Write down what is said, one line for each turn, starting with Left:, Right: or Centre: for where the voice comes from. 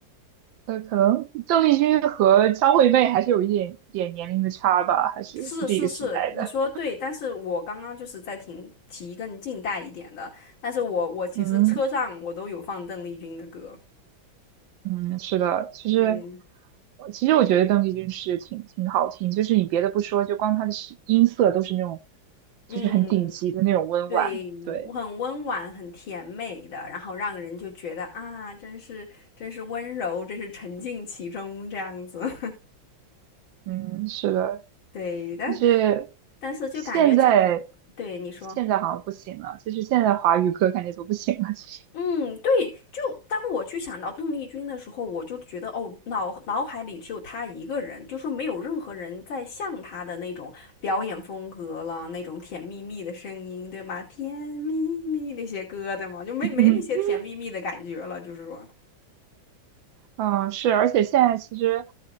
Right: 呃，可能邓丽君和张惠妹还是有一点点年龄的差吧，还是不是一个时代的。
Left: 是是是，你说的对，但是我刚刚就是在听提更近代一点的，但是我我其实车上我都有放邓丽君的歌。
Right: 嗯嗯，是的，其实
Left: 嗯，
Right: 其实我觉得邓丽君是挺挺好听，就是你别的不说，就光她的音色都是那种
Left: 嗯，
Right: 就是很顶级的那种温婉。
Left: 对，
Right: 对。
Left: 很温婉，很甜美的，然后让人就觉得啊，真是真是温柔，真是沉浸其中这样子。<laughs>
Right: 嗯，是的，
Left: 对，但
Right: 但是
Left: 但是就感觉这，
Right: 现在
Left: 对你说，
Right: 现在好像不行了，就是现在华语歌感觉都不行了，其实。
Left: 嗯，对，就当我去想到邓丽君的时候，我就觉得哦，脑脑海里只有她一个人，就说没有任何人在像她的那种表演风格了，那种甜蜜蜜的声音，对吗？甜蜜蜜那些歌，对吗？就没没那些甜蜜蜜的感觉了，
Right: <laughs>
Left: 就是说，
Right: 嗯，是，而且现在其实